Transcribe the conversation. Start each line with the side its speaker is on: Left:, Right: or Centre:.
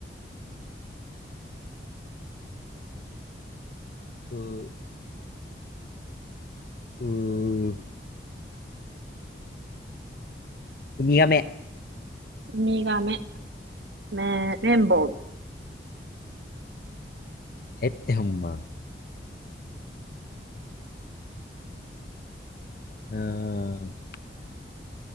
Left: うー、うー、ウミガメ。
Right: ウミガメ、め、綿棒、
Left: えってほんま。うーん、ウ